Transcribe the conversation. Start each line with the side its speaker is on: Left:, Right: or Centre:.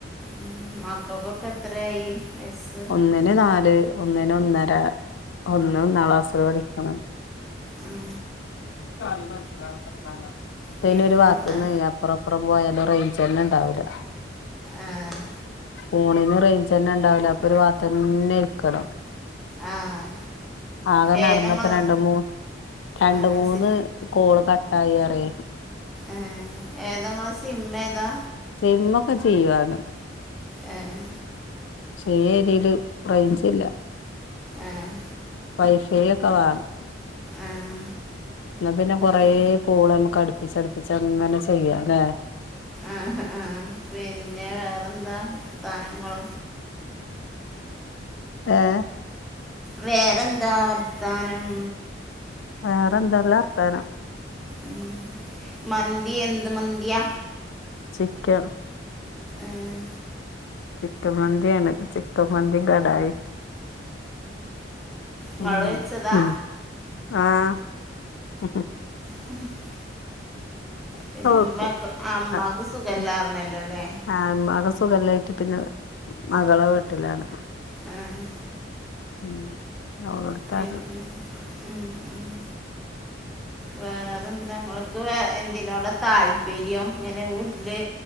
Centre: ഉം മക്കക്കൊക്കെ എത്രായി വയസ്സ്?
Left: ഒന്നിന് നാല്, ഒന്നിന് ഒന്നര, ഒന്ന് ഒന്നാം ക്ലാസ്സില് പഠിക്കണ്.
Centre: ഉം
Left: <inaudible> ന്തേനൊരു
Centre: പിന്നെന്താ
Left: വാത്ത്ന്നേ അപ്പറപ്പറം പോയാല് റേഞ്ചന്നും ഉണ്ടാവില്ല.
Centre: ആഹ്
Left: ഫോണീന്ന് റേഞ്ചന്നെ ഇണ്ടാവില്ല അപ്പൊ ഒരു വാത്തന്നെ ഇരിക്കണം.
Centre: ആഹ്
Left: ആകെ നടന്നപ്പോ
Centre: ഏതങ്ങള്
Left: രണ്ട് മൂന്ന്, രണ്ട്
Centre: ഏഹ്
Left: മൂന്ന്
Centre: സി
Left: കോള് കട്ടായി അറിയേ
Centre: ഏഹ് ഏതാ നിങ്ങളെ സിമ്മേതാ?
Left: സിമ്മൊക്കെ ചെയ്യൂവാണ്.
Centre: ആഹ്
Left: പക്ഷേ ഈ ഏരിയലില് റേഞ്ചില്ല,
Centre: ഏഹ്
Left: വൈഫൈക്കെ വേണം.
Centre: ആഹ്
Left: എന്ന പിന്നെ കൊറേ
Centre: പി
Left: കോള് നമ്മുക്ക് അടുപ്പിച്ചടുപ്പിച്ച് അങ്ങനെ ചെയ്യാല്ലെ
Centre: ആഹ് ആഹ് പിന്നെ വേ അതെന്താ വർത്താനങ്ങള്?
Left: ഏഹ്
Centre: വേറെന്താ വർത്താനം?
Left: വേറെന്തല്ലാർത്താനം?
Centre: ഉം മന്തി എന്ത് മന്തിയാ?
Left: ചിക്കൻ
Centre: ആഹ്
Left: ചിക്കൻ മന്തിയാണ്, ചിക്കൻ മന്തീം കടായി
Centre: ങ്ങള്
Left: ഉം
Centre: വെച്ചതാ?
Left: ഉം ആഹ്
Centre: <inaudible>
Left: ഇപ്പ
Centre: പിന്നെ
Left: വെക്കും
Centre: ഉമ്മക്ക് ആ ഉമ്മാക്ക്
Left: ആഹ്
Centre: സുഖല്ലാർന്നല്ലോ അല്ലേ
Left: ആഹ് അവ സുഖല്ലേ? പ്പ പിന്നെ മകള വീട്ടിലാണ്.
Centre: ആഹ്
Left: ഉം അവളോടുത്താണ്
Centre: പിന്നെ ഉം, ഉം. വേറെന്താ ഇങ്ങൾക്ക് എന്തിനോടാ താല്പര്യം ഇങ്ങനെ വീട്ടില്